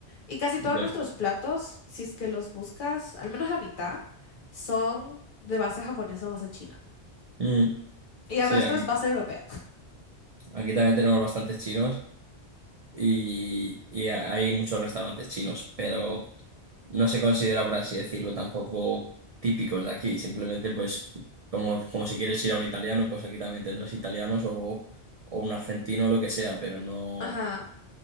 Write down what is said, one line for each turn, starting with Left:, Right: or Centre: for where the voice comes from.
Left: Y casi todos
Right: ya.
Left: nuestros platos, si es que los buscas, al menos la mitad, son de base japonesa o base china.
Right: Mm,
Left: Y el
Right: sí,
Left: resto
Right: aquí,
Left: es base europea.
Right: aquí también tenemos bastantes chinos y, y hay muchos restaurantes chinos, pero no se considera, por así decirlo, tampoco típicos de aquí. Simplemente, pues, como, como si quieres ir a un italiano, pues aquí también tendrás italianos o, o un argentino o lo que sea, pero no,
Left: Ajá.